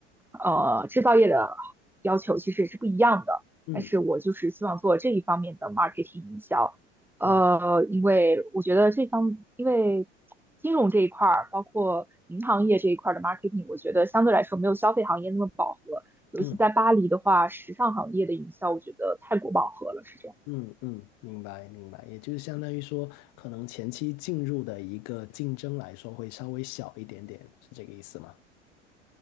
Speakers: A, in the centre; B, on the left (about 50°).
A: 呃制造业的要求其实也是不一样的。
B: 嗯，
A: 但是我就是希望做这一方面的 marketing 营销。呃，
B: 啊，
A: 因为我觉得这方，因为金融这一块儿，包括银行业这一块儿的 marketing，我觉得相对来说没有消费行业那么饱和。尤其在巴黎的话，
B: 嗯
A: 时尚行业的营销，我觉得太过饱和了，是这样。
B: 嗯嗯，明白明白，也就是相当于说，可能前期进入的一个竞争来说会稍微小一点点，是这个意思吗？